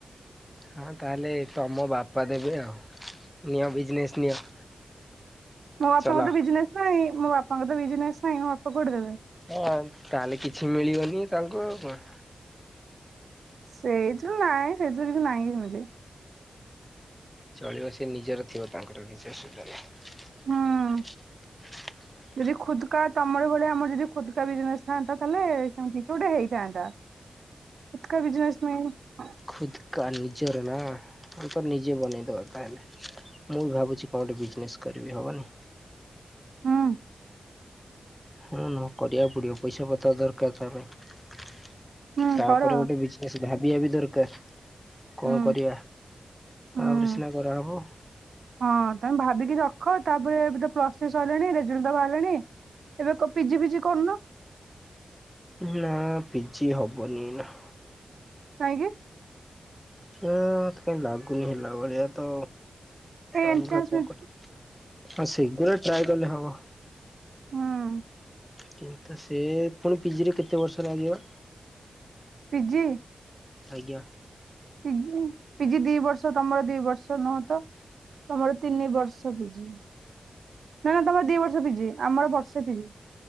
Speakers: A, in the centre; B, on the right.
A: ହଁ ତାହେଲେ ତମ ବାପା ଦେବେ ଆଉ ନିଅ ବିଜନେସ୍ ନିଅ।
B: ମୁଁ ବାପାଙ୍କ
A: ଚଲାଅ।
B: ବିଜନସ ନାହିଁ ମୁଁ ବାପାଙ୍କ ତ ବିଜନେସ ନାହିଁ ମୁଁ ବାପା କଉଠୁ ଦେବେ।
A: ହଁ ତାହେଲେ କିଛି ମିଳିବନି ତାଙ୍କୁ ଆଉ କଣ।
B: ସେଇଥିରୁ ନାଇଁ ସେଇଥିରୁ କିଛି ନାହିଁ ସେମିତି।
A: ଚଳିବ ସେ ନିଜର ଥିବ ତାଙ୍କର କିଛି ଅସୁବିଧା ନାଇ।
B: ହୁଁ।
A: <inaudible>
B: ଯଦି ଖୁଦକା ତମର ଭଳିଆ ଆମର ଯଦି ଖୋଦକା ବିଜନେସ ଥାନ୍ତା ତାହେଲେ ସେମତି କିଛି ଗୋଟେ ହେଇଥାନ୍ତା। ଖୁଦକା ବିଜନେସ ନାଇ।।
A: ଖୁଦକା ନିଜର ନା ତ ନିଜେ ବନେଇଦବା ତାହେଲେ। ମୁଁ ବି ଭାବୁଛି କଣେ ବିଜନେସ କରିବି ହବନି।
B: ହଁ।
A: ହଁ ନକରିବାକୁ ପଡ଼ିବ ପଇସା ପତ୍ର ଦରକାର ତା ପାଇଁ।
B: ହୁଁ
A: ତାପରେ
B: କର
A: ଗୋଟେ ବିଜନେସ ଭାବିବା ବି ଦରକାର। କଣ
B: ହୁଁ
A: କରିବା
B: ହୁଁ।
A: ତାପରେ ସିନା କରାହେବ।
B: ହଁ ତମେ ଭାବିକି ରଖ ତାପରେ ଏବେ ତ ପ୍ଲ ଥ୍ରୀ ସଇଲାଣି ରେଜଲଟ ବାହାରିଲାଣି ଏବେ କ ପିଜି ଫିଜି କରୁନ?
A: ନା ପିଜି ହବନି ଏନା।
B: କହିଁକି?
A: ହଁ ମତେ କାଇଁ ଲାଗୁନି ହେଲା ଭଳିଆ ତ।
B: କାଇଁ
A: ଆଗା
B: ଏଣ୍ଟ୍ରାନ୍ସ
A: <unintelligible>
B: ଫେଣ୍ଟ୍ରା
A: ହଁ ସେଗୁଡ଼ା ଟ୍ରାଏ କଲେ ହବ।
B: ହଁ।
A: କିନ୍ତୁ ସେ ପୁଣି ପିଜିରେ କେତେ ବର୍ଷରେ ଲାଗିବ?
B: ପିଜିି।
A: ଆଜ୍ଞା।
B: ପିଜି। ପିଜି ଦି ବର୍ଷ ତମର ଦି ବର୍ଷ ନୁହଁତ ତମର ତିନି ବର୍ଷ ପିଜି। ନାଁ ନାଁ ତମର ଦି ବର୍ଷ ପିଜି ଆମର ବର୍ଷେ ପିଜି।